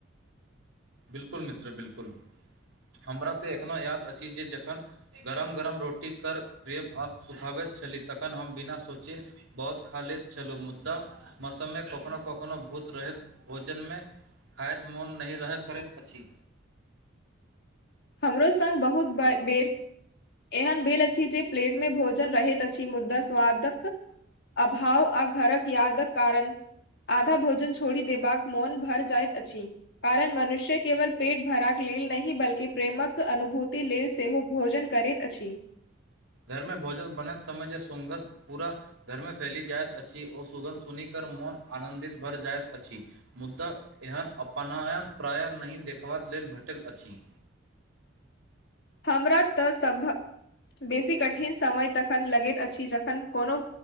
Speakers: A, on the right; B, on the left.
A: बिलकुल मित्र बिलकुल हमरा तऽ एखनो याद अछि जे जखन गरम गरम रोटी कर प्रेम आ सुखाबैत छली तखन हम बिना सोची बहुत खा लैत छलहुँ मुदा मौसममे कखनोहु कखनोहु भूत रह भोजन मे खायद मौन नहि रहत करैत अछि
B: हमरो संग बहुत बाइर बेर एहन भेल अछि जे प्लेट मे भोजन रहैत अछि मुद्दा स्वादक अभाव आ घरक यादक कारण आधा भोजन छोड़ी देबाक मौन भर जाइत अछि कारण मनुष्य केवल पेट भराक लेल नहि बल्कि प्रेमक अनुभूति लेल सेहो भोजन करैत अछि
A: घरमे भोजन बनेैत समय जे सुगध पूरा घरमे फैली जायत अछी ओ सुगन्ध सुनी क मौन आनंदित भर जाइत अछि मुद्दा एहन अपनायन प्रायः नहि देखबबाक लेल भेटल अछि
B: हमरा तऽ सभ बेसी कठिन समय तखन लगैत अछि जखन कोनो